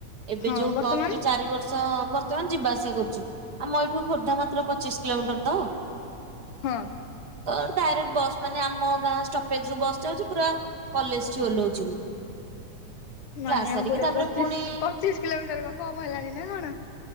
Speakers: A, on the right (about 35°); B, on the left (about 85°).
A: ଏବେ
B: ହଁ
A: ଯୋଉ
B: ବର୍ତ୍ତମାନ
A: ପ୍ଲସ୍-ଥ୍ରି ଚାରି ବର୍ଷ ଚ ବର୍ତ୍ତମାନ ଯିବା ଆସିବା କରୁଛି। ଆମ ଏଇଠୁ ଖୋର୍ଦ୍ଧା ମାତ୍ର ପଚିଶ କିଲୋମିଟର ତ।
B: ହଁ।
A: ତ ଡାଇରେକ୍ଟ ବସ୍ ମାନେ ଆମ ଗାଁ ଷ୍ଟପେଜରୁ ବସ୍ ଯାଉଛି। ପୁରା କଲେଜ ଠି ଓହ୍ଲଉଛି ମୁଁ କ୍ଲାସ
B: ମାନିବାକୁ
A: ସାରିକି
B: ପଡ଼ିବ।
A: ତାପରେ
B: ପଚିଶ
A: ପୁଣି
B: ପଚିଶ କିଲୋମିଟର କଣ କମ ହେଲାଣି ନା କଣ?